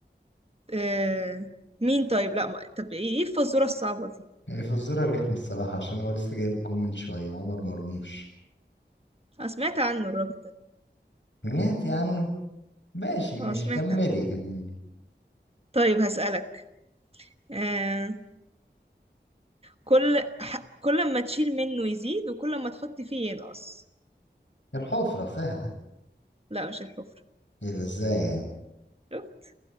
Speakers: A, on the right; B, on the left.
A: آه... مين طيب لا ما... طب ايه إيه الفزورة الصعبة دي
B: هي فزورة رخمة الصراحة عشان هو لسه جايب الجون من شوية عمر مرموش
A: انا سمعت عنه الراجل ده
B: سمعتي عنه ماشي ماشي
A: اه سمعت
B: كملي
A: عنه
B: كملي
A: طيب هسألك آه... كل ح... كل ما تشيل منه يزيد وكل ما تحط فيه ينقص
B: الحفرة سهلة
A: لا مش الحفرة
B: ايه ده ازاي يعني
A: شفت؟